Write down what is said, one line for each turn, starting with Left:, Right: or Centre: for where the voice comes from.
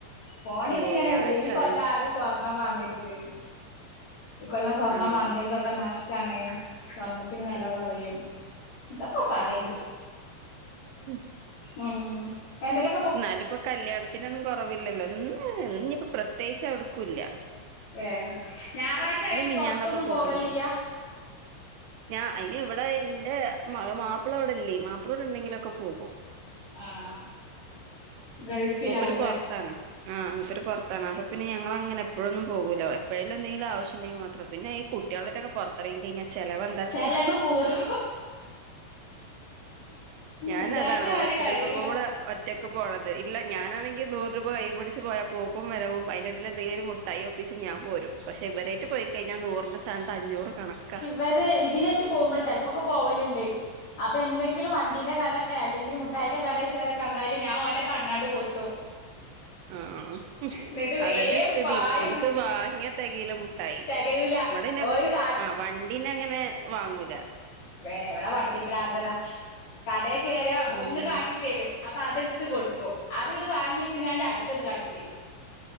Left: ഫോണില്
Right: ഏ
Left: ഇങ്ങനെ വരും
Right: ആർക്കറിയണ്
Left: ഈ കൊല്ലം ആരും- സ്വർണ്ണം വാങ്ങരുത് ഇക്കൊല്ലം സ്വർണം
Right: ആഹ്
Left: വാങ്ങിയവർക്കൊക്കെ നഷ്ടാണ്. സ്വർണത്തിന് വെല കൊറയും എന്താപ്പ പറയണ്ട്.
Right: ഉം.
Left: ഉം എന്തെങ്കി
Right: എന്നാലും ഇപ്പൊ കല്യാണത്തിനൊന്നും കൊ റവില്ലല്ലോ ഇന്നായാലും ഇന്നിപ്പൊ പ്രത്യേകിച്ച് എവിടെക്കുമില്ല.
Left: ഏഹ് ഞായറാഴ്ച ആയിട്ട്
Right: മിനിഞ്ഞാന്നൊക്കെ
Left: പൊ റത്തൊന്നും
Right: പോക്കന്നെ
Left: പോവലില്ല.
Right: ഞാൻ അയിന് ഇവിടെ ഇന്റെ മാപ്പിള ഇവിടെല്ലേ മാപ്പിള ഇവിടെ ഉണ്ടെങ്കിലൊക്കെ പോകും.
Left: ആഹ് ഗൾഫിലാവൂല്ലേ?
Right: മൂപ്പര് പൊറത്താണ് ആഹ് മുപ്പര് പൊറത്താണ് അപ്പൊ പിന്നെ ഞങ്ങളങ്ങനെ എപ്പൊ ഴൊന്നും പോകൂല എപ്പൊഴെങ്കിലുംഎന്തെങ്കിലും ആവി ശ്യമുണ്ടെങ്കിൽ മാത്രം പിന്നെ ഈ കുട്ടികളായിട്ടൊക്കെ പൊ റത്തിറങ്ങി കഴിഞ്ഞാ- ചെലവെന്താച്ചിട്ടാ
Left: ചെലവ് കൂടും
Right: ഞാന്
Left: വിചാരിച്ച
Right: അതാണ്
Left: മാതിരി
Right: ഹോസ്പിറ്റലക്കൊക്കെ
Left: കഴിയില്ല
Right: കൂടെ- ഒറ്റയ്ക്ക് പോണത് ഇല്ല ഞാനാണെങ്കിൽ നൂറ് രൂപ കൈപിടിച്ച് പോയാ പോകും വരവും അതിനിടയിൽ എന്തെങ്കിലും- മുട്ടായി ഒപ്പിച്ച് ഞാൻ പോരും പക്ഷെ ഇവരേട്ട് പോയി കഴിഞ്ഞാൽ നൂറിന്റെ സഥാനത്ത് അഞ്ഞൂറ് കണക്കാ-
Left: അതായത് ഇതിനായിട്ട് പോകുമ്പോഴ് ചെൽപ്പോക്കെ പോവലുണ്ട്. അപ്പോ എന്തെങ്കിലും വണ്ടിന്റെ കട അല്ലെങ്കിൽ മുഠായിന്റെ കട കണ്ടാല് ഞാൻ ഓന്റെ കണ്ണണ്ട് പൊത്തും.
Right: ആഹ് ആഹ്
Left: എന്നിട്ട് വേം
Right: അതന്നെ സ്ഥിതി
Left: പായും
Right: ഓൽക്ക്
Left: മുന്ന്
Right: വാങ്ങിയ തെകില മുട്ടായി
Left: തികയൂല
Right: ഇവിടെന്നെ
Left: ഒരു കാട്
Right: ആ വണ്ടീന്നങ്ങനെ വാങ്ങൂല
Left: ഏഹ് ഇവിടെ വണ്ടി പ്രാന്തന കടേകേറിയ
Right: ഉം
Left: ഒന്ന് കാട്ടിത്തരും അ പ്പ അതെട്ത്ത് കൊടുക്കും അത്ട് വാങ്ങി ചെങ്ങാണ്ട് അട്ത്തത് കാട്ടിത്തരും